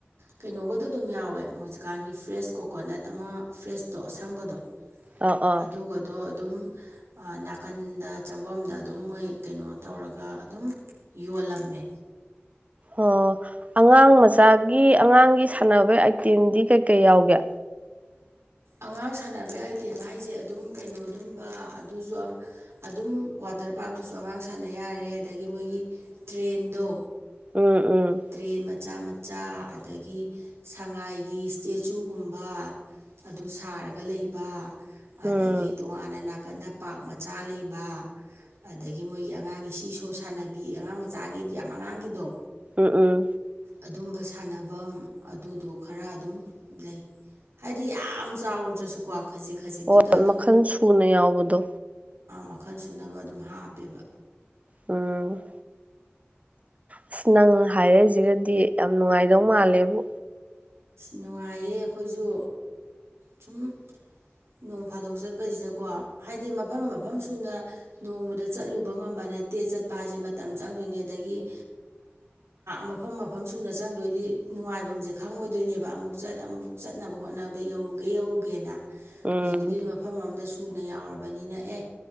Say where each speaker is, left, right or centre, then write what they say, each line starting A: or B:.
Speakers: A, on the right; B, on the right.
A: ꯀꯩꯅꯣꯒꯗꯣ ꯑꯗꯨꯝ ꯌꯥꯎꯋꯦ ꯍꯧꯖꯤꯛꯀꯥꯟꯒꯤ ꯐ꯭ꯔꯦꯁ ꯀꯣꯀꯣꯅꯠ ꯑꯃ ꯐ꯭ꯔꯦꯁꯇꯣ ꯑꯁꯪꯕꯗꯣ
B: ꯑꯥ ꯑꯥ
A: ꯑꯗꯨꯒꯗꯣ ꯑꯗꯨꯝ ꯅꯥꯀꯟꯗ ꯆꯪꯐꯝꯗ ꯑꯗꯨꯝ ꯃꯣꯏ ꯀꯩꯅꯣ ꯇꯧꯔꯒ ꯑꯗꯨꯝ ꯌꯣꯜꯂꯝꯃꯦ
B: ꯑꯣ ꯑꯉꯥꯡ ꯃꯆꯥꯒꯤ ꯑꯉꯥꯡꯒꯤ ꯁꯥꯟꯅꯕꯒꯤ ꯑꯥꯏꯇꯦꯝꯗꯤ ꯀꯩ ꯀꯩ ꯌꯥꯎꯒꯦ
A: ꯑꯉꯥꯡ ꯁꯥꯟꯅꯕꯩ ꯑꯥꯏꯇꯦꯝ ꯍꯥꯏꯁꯦ ꯑꯗꯨꯝ ꯀꯩꯅꯣ ꯑꯗꯨꯝꯕ ꯑꯗꯨꯁꯨ ꯑꯗꯨꯝ ꯋꯥꯇꯔ ꯄꯥꯔꯛꯇꯨꯁꯨ ꯑꯉꯥꯡ ꯁꯥꯟꯅ ꯌꯥꯔꯦ ꯑꯗꯒꯤ ꯃꯣꯏꯒꯤ ꯇ꯭ꯔꯦꯟꯗꯣ
B: ꯎꯝ ꯎꯝ
A: ꯇ꯭ꯔꯦꯟ ꯃꯆꯥ ꯃꯆꯥ ꯑꯗꯒꯤ ꯁꯉꯥꯏꯒꯤ ꯏꯁꯇꯦꯆꯨꯒꯨꯝꯕ ꯑꯗꯨ ꯁꯥꯔꯒ ꯂꯩꯕ ꯑꯗꯒꯤ
B: ꯎꯝ
A: ꯇꯣꯉꯥꯟꯅ ꯅꯥꯀꯟꯗ ꯄꯥꯛ ꯃꯆꯥ ꯂꯩꯕ ꯑꯗꯒꯤ ꯃꯣꯏꯒꯤ ꯑꯉꯥꯡꯒꯤ ꯁꯤ ꯁꯣ ꯁꯥꯟꯅꯕꯤ ꯑꯉꯥꯡ ꯃꯆꯥꯒꯤꯗꯤ ꯌꯥꯝ ꯑꯉꯥꯡꯒꯤꯗꯣ
B: ꯎꯝ ꯎꯝ
A: ꯑꯗꯨꯝꯕ ꯁꯥꯟꯅꯐꯝ ꯑꯗꯨꯗꯣ ꯈꯔ ꯑꯗꯨꯝ ꯂꯩ ꯍꯥꯏꯗꯤ ꯌꯥꯝ ꯆꯥꯎꯔꯨꯗ꯭ꯔꯁꯨꯀꯣ ꯈꯖꯤꯛ ꯈꯖꯤꯛꯇꯨꯗ
B: ꯍꯣꯏ
A: ꯑꯗꯨꯝ
B: ꯃꯈꯜ ꯁꯨꯅ ꯌꯥꯎꯕꯗꯣ
A: ꯃꯈꯜ ꯁꯨꯅꯕ ꯑꯗꯨꯝ ꯍꯥꯞꯄꯦꯕ
B: ꯎꯝ ꯑꯁ ꯅꯪ ꯍꯥꯏꯔꯛꯏꯁꯤꯒꯗꯤ ꯌꯥꯝ ꯅꯨꯡꯉꯥꯏꯗꯧ ꯃꯥꯜꯂꯦꯕꯨ
A: ꯅꯨꯡꯉꯥꯏꯌꯦ ꯑꯩꯈꯣꯏꯁꯨ ꯁꯨꯝ ꯅꯣꯡ ꯐꯥꯗꯣꯛ ꯆꯠꯄꯁꯤꯗꯀꯣ ꯍꯥꯏꯗꯤ ꯃꯐꯝ ꯃꯐꯝ ꯁꯨꯅ ꯅꯣꯡꯃꯗ ꯆꯠꯂꯨꯕ ꯉꯝꯕ ꯅꯠꯇꯦ ꯆꯠꯄ ꯍꯥꯏꯁꯦ ꯃꯇꯝ ꯆꯪꯗꯣꯏꯅꯦ ꯑꯗꯒꯤ ꯃꯐꯝ ꯃꯐꯝ ꯁꯨꯅ ꯆꯪꯗꯣꯏꯗꯤ ꯅꯨꯡꯉꯥꯏꯕꯐꯝꯁꯦ ꯈꯪꯉꯣꯏꯗꯣꯏ ꯑꯗꯨꯣꯏꯅꯦꯕ ꯑꯃꯨꯛ ꯆꯠ ꯑꯃꯨꯛ ꯆꯠꯅꯕ ꯍꯣꯠꯅꯕꯗ ꯌꯧꯔꯨꯒꯦ ꯌꯧꯔꯨꯒꯦꯅ
B: ꯎꯝ
A: ꯍꯧꯖꯤꯛꯀꯤꯗꯨꯗꯤ ꯃꯐꯝ ꯑꯃꯝꯗ ꯁꯨꯅ ꯌꯥꯎꯔꯕꯅꯤꯅ ꯑꯦ